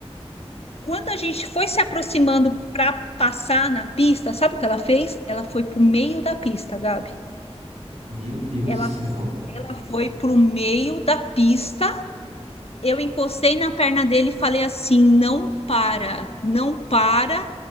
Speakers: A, on the left; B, on the right.
A: Quando a gente foi se aproximando para passar na pista, sabe o que ela fez? Ela foi para o meio da pista, Gabi.
B: meu Deus
A: Ela,
B: do céu.
A: ela foi para o meio da pista Eu encostei na perna dele e falei assim: não para, não para,